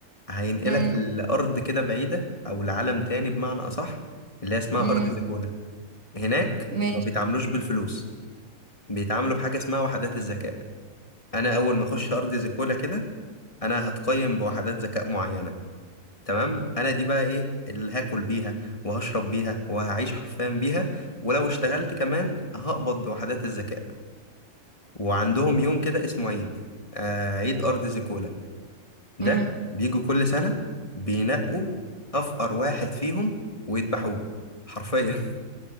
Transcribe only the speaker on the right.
امم
امم
ماشي
امم